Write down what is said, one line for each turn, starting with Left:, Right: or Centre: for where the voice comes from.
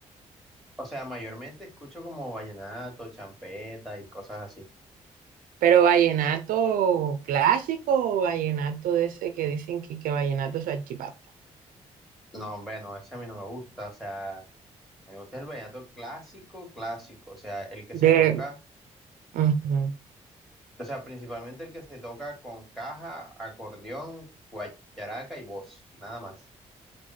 Centre: O sea, mayormente escucho como vallenato, champeta y cosas así.
Right: ¿Pero vallenato clásico o vallenato de ese que dicen que, que vallenato es salchipapa?
Centre: No, hombre, no, ese a mí no me gusta. O sea, a mí me gusta el vallenato clásico, clásico. O sea, el que
Right: De...
Centre: se toca,
Right: Ujú.
Centre: o sea, principalmente el que se toca con caja, acordeón, guacharaca y voz, nada más.